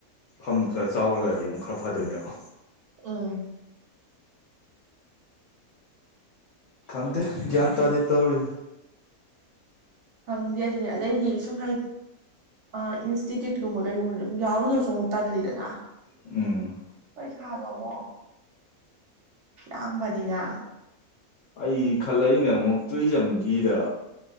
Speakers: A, on the left; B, on the right.
A: ꯐꯝꯗꯨ ꯈꯔ ꯆꯥꯎꯔꯒꯗꯤ ꯑꯃꯨꯛ ꯈꯔ ꯐꯗꯣꯏꯅꯦꯕ
B: ꯎꯝ
A: ꯈꯪꯗꯦ ꯒ꯭ꯌꯥꯟ ꯇꯥꯗꯦ ꯇꯧꯔꯤ
B: ꯈꯪꯗꯦ ꯑꯗꯨꯅꯤ ꯑꯗꯩꯗꯤ ꯁꯨꯝ ꯍꯥꯏ ꯑ ꯏꯟꯁꯇꯤꯇ꯭ꯌꯨꯠ ꯀꯨꯝꯕ ꯀꯩꯒꯨꯝꯕ ꯌꯥꯎꯔꯗꯣꯁꯨ ꯑꯃꯨꯛ ꯇꯥꯟꯂꯤꯗꯅ
A: ꯎꯝ
B: ꯄꯩꯁꯥꯗꯣ ꯑꯃꯣ ꯌꯥꯝꯌꯥꯝꯕꯅꯤꯅ
A: ꯑꯩ ꯈꯜꯂꯛꯏꯅꯦ ꯑꯃꯨꯛ ꯇꯨꯏ ꯆꯝꯈꯤꯗ